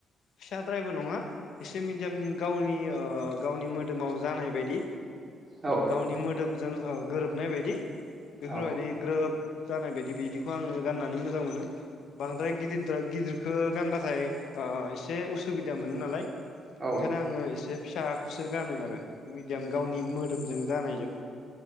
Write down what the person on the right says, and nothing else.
औ
औ
औ